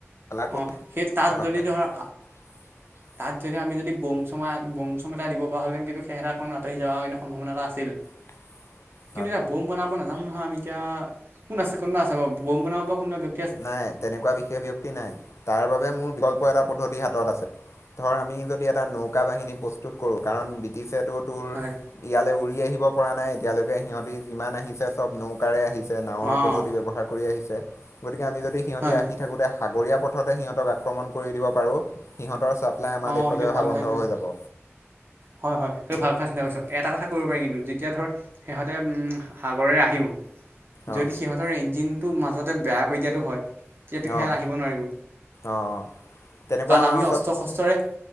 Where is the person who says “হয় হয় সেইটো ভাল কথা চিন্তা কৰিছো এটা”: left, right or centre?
Right